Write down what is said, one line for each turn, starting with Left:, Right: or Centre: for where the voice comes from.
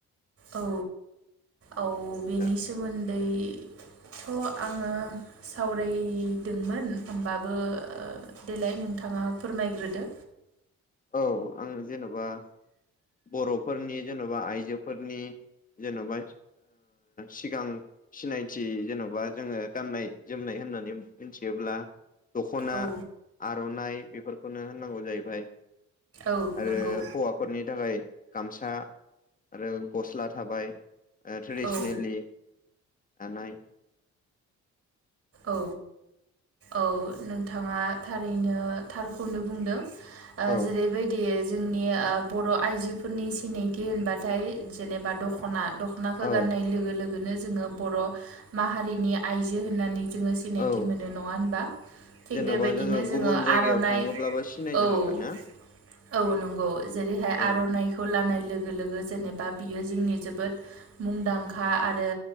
Right: औ औ बेनि
Left: दा
Right: सोमोन्दै थ' आङो सावरायदोंमोन। होमबाबो देलाय नोंथाङा फोरमायग्रोदो
Left: औ आङो जेन'बा बर'फोरनि जेन'बा आइजोफोरनि जेन'बा सिगां सिनायथि जेन'बा जोङो गाननाय जोमनाय होननानै मिथियोब्ला दख'ना
Right: औ
Left: आर'नाइ बेफोरखौनो होननांगौ जाहैबाय
Right: औ
Left: आरो
Right: नंगौ
Left: हौवाफोरनि थाखाय गामसा आरो गस्ला ओ थाबाय ट्रेडिसनेलि
Right: औ
Left: थानाय।
Right: औ औ नोंथाङा थारैनो थारखौनो बुंदों। ओ
Left: औ
Right: जेरैबायदि जोंनि ओ बर' आइजोफोरनि सिनायथि होनबाथाय जेनेबा दख'ना दख'नाखौ
Left: औ
Right: गाननाय लोगो लोगोनो जोङो बर' माहारिनि आइजो होननानै जोङो सिनायथि
Left: औ
Right: मोनो नङा होनबा। थिग
Left: जेन'बा
Right: बेबायदिनो
Left: जोङो गुबुन जायगायाव
Right: आर'नाइ
Left: थाङोब्लाबो सिनायनो
Right: औ
Left: हाबाय ना।
Right: औ नंगौ। जेरैहाय
Left: औ
Right: आर'नाइखौ ला जानाय लोगो लोगो जेनेबा बियो जोंनि जोबोद मुंदांखा आरो